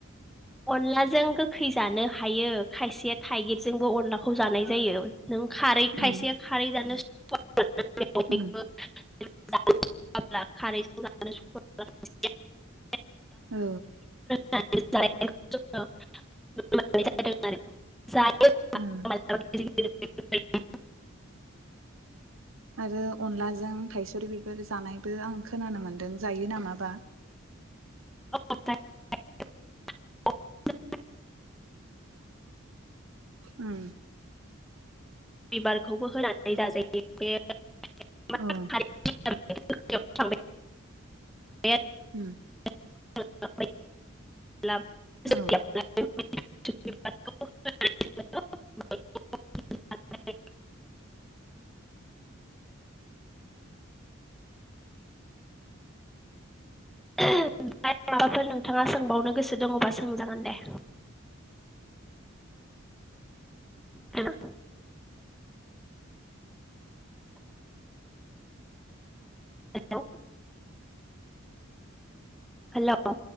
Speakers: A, in the centre; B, on the right.
A: अलाजों गोख खै जानो हायो खायसेया थाइगिरजोंबो अनलाखौ जानाय जायो। नों खारै खायसे
B: उम
A: खारै जानो स <unintelligible>
B: उम
A: <unintelligible> <unintelligible>
B: औ
A: <unintelligible> <unintelligible>
B: उम
A: <unintelligible>
B: आरो अनलाजों थायसुरि बिबार जानायबो आं खोनानो मोनदों जायो नामाबा
A: औ <unintelligible>
B: ओम
A: बिबारखौबो होनानै जाजायो बे <unintelligible>
B: अ
A: थांबाय <unintelligible>
B: <inaudible>
A: <unintelligible>
B: औ
A: <unintelligible> <unintelligible> ओमफ्राय माबाफोर नोंथाङा सोंबावनो गोसो दङबा सोंजागोन दे <unintelligible> हेलौ हेल